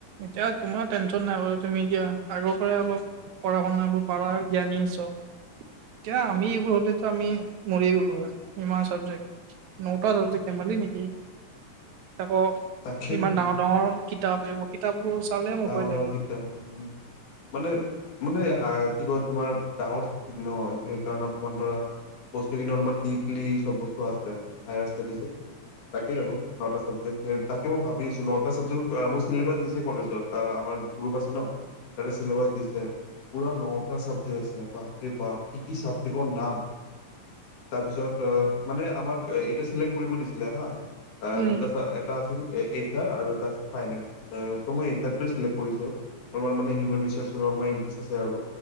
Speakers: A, on the right; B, on the left.
A: এতিয়া তোমাৰ টেনশ্যন নাই বাৰ তুমি এতিয়া আগৰ পৰাই অলপ পঢ়া শুন বোৰ প প জ্ঞানী আছ এতি আমি এইবোৰ হলেতো আমি মৰিয়ে গ'লো আৰু ইমান চাবজেক্ট- নটা চব্জিকক কে মি নেকি-
B: <inaudible>
A: তকৌ
B: তাকেইতো
A: ইমান ডাঙৰ ডাঙৰ- কিতাপ এইবোৰ কিতাপবোৰ চালে মোৰ
B: ডাঙৰ
A: ভয় লাগে।
B: ডাঙৰ কিত উম মানে- মানে হ কি কয় তোমাৰ ডাঙৰ ন এইটো সেইকাৰণে অকণমান ধৰা- বস্তুখিনি অলপমান ডিপলি চব বস্তু আছে হায়াৰ ষ্টডিজ তাকে আৰু নটা চাবজেক্ট তাকেই ভাবি আছো নটা ছাব্জেক্ট মোৰ চছিলেবাছ দিছে কলেজত অ আমাৰ গ্ৰুপ আছে ন তাতে চিলেবাছ দিছে পুৰা নটা চাবজেক্ট আছে বাপৰে বাপ কি কি চাবজেক্টৰ নাম তাৰপিছত অ মানে আমাক এতিয়া চিলেক্ট কৰিব দিছিলে হা
A: উম।
B: দুটা আছিল এইচ আৰ আৰু ত ফাইনেন্স ত মই এইচ আৰ কৰিছো। অলপমান মানে হিউমেন ৰিচৰ্চৰ অলমান ইন্টাৰেষ্ট আছে আৰু